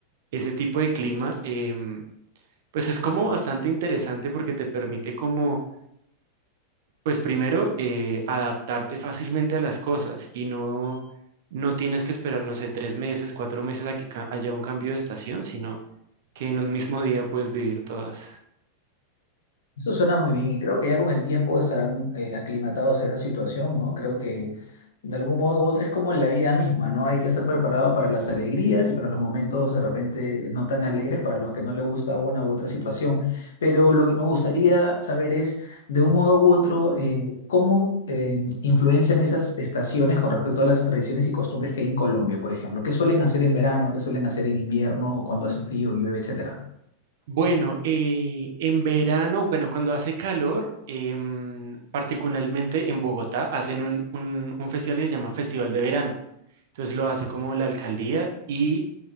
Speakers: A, on the right (about 55°); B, on the left (about 65°).
A: ese tipo de clima, em, pues es como bastante interesante porque te permite como pues primero, eh, adaptarte fácilmente a las cosas y no, no tienes que esperar, no sé, tres meses, cuatro meses a que ca- haya un cambio de estación, sino que en un mismo día puedes vivir todas.
B: Eso suena muy bien y creo que ya con el tiempo estarán eh, aclimatados a esa situación, ¿no? Creo que de algún modo u otro es como la vida misma, ¿no? Hay que estar preparado para las alegrías y para los momentos de repente no tan alegres para los que no le gusta una u otra situación. Pero lo que me gustaría saber es, de un modo u otro, eh, cómo eh, influencian esas estaciones con respecto a las tradiciones y costumbres que hay en Colombia, por ejemplo. ¿Qué suelen hacer en verano? ¿Qué suelen hacer en invierno? cuando hace frío, llueve, etcétera?
A: Bueno, eh, en verano, bueno, cuando hace calor, em, particularmente en Bogotá, hacen un, un- un festival que se llama Festival de Verano. Entonces lo hace como la alcaldía y